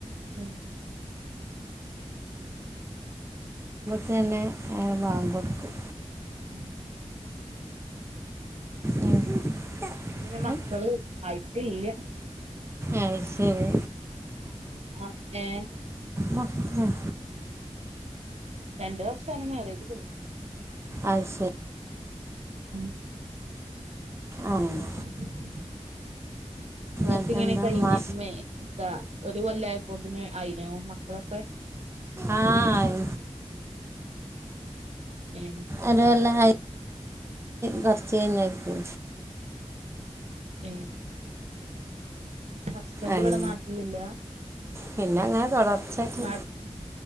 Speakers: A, on the right; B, on the right.
A: ആഹ
B: ചെന്നെ ബാങ്ക്ക്കൊടുക്കും
A: ഉം
B: ഉം.
A: പിന്നെ മക്കള് ആയിട്ട്ല്ല
B: അഹ് ശെരി
A: ഓക്കേ
B: മൊത്തം.
A: രണ്ടു വർഷാണ് മേരേജ്കയ്ഞ്ട്ട്
B: അത് ശെരി
A: ഉം
B: അങ്ങനെ
A: <inaudible> നിങ്ങക്ക്
B: എന്നിട്ടെന്താ
A: ഇങ്ങനെ കഴിഞ്
B: മാ
A: മെ എത്താ ഒരു കൊല്ലയപ്പോത്തിന് അയിനോ മക്കളൊക്കെ
B: ആഹ് ആയി
A: ഏ
B: ഒരു കൊല്ലമ് കയ്ഞ് കോർച്ച്കയ്ഞ്ഞപ്പോ
A: ഏ ഹസ്ബൻഡ്
B: ആയി
A: ഇവിടെ നാട്ടിലില്ല
B: പിന്നെ അങ്ങനെ തുടർച്ചായിട്ട്
A: നാട്ട്